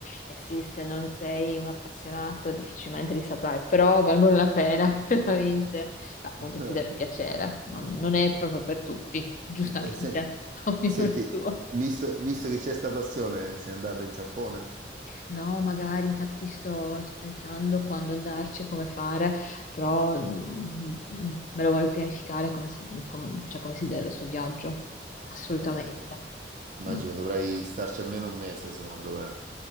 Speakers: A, on the left (about 45°); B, on the right (about 45°).
A: Eh sì, se non sei un appassionato difficilmente li saprai, però valgono la pena <laughs> veramente. Beh, appunto
B: Eh,
A: ti deve piacere, non, non è proprio per tutti, giustamente,
B: eh, se-
A: <laughs> ognuno
B: senti,
A: il suo.
B: visto, visto che c'è sta passione, sei andato in Giappone?
A: No, magari infatti sto, sto pensando quando andarci e come fare, però mm, me lo voglio pianificare come si, com- cioè come si deve sto viaggio, assolutamente.
B: Eh beh, immagino
A: Mm.
B: dovrai starci almeno un mese, secondo me.